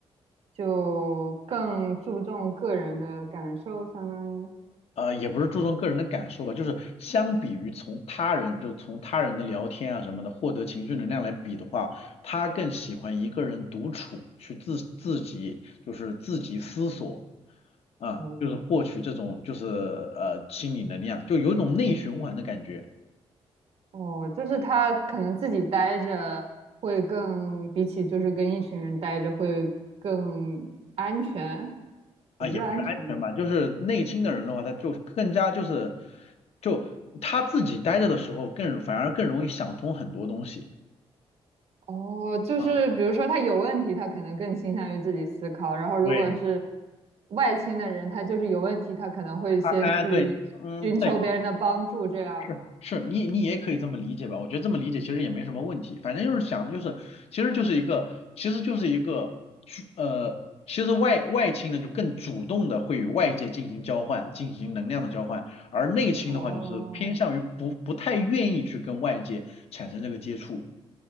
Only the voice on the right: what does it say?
就更注重个人的感受，相当于。
哦
哦，就是他可能自己待着会更，比起就是跟一群人待着会更安全，
也不是安全。
哦，就是比如说他有问题，
他可能更倾向于自己思考，然后如果是
外倾的人，他就是有问题，他可能会先去寻求别人的帮助，
这样吗？
哦，